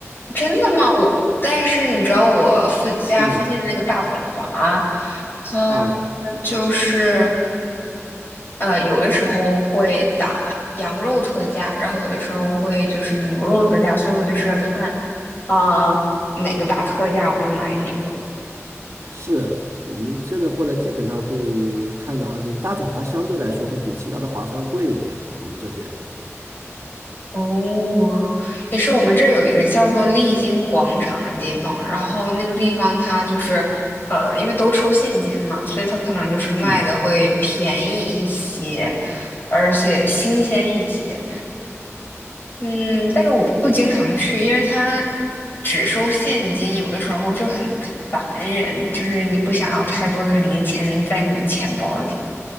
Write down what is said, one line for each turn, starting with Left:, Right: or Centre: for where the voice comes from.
Left: 真的吗？我但是你知道我附家附近那个大统华，
Right: 嗯，
Left: 它就是。
Right: 啊，
Left: 呃，有的时候会打羊肉特价，然后有的时候会就是牛肉特价，所以我就是看啊、呃哪个打特价我就买哪个。
Right: 是我们现在过来基本上会看着行情，大统华相对来说会比其他的华超要贵一点，我们这边。
Left: 哦，也是我们这儿有一个叫做丽晶广场的地方，然后那个地方它就是呃，因为都收现金嘛，所以它可能就是卖的会便宜一些，
Right: 嗯，
Left: 而且新鲜一些。嗯，但是我不经常去，因为他只收现金，有的时候就很烦人，就是你不想要太多的零钱在你的钱包里。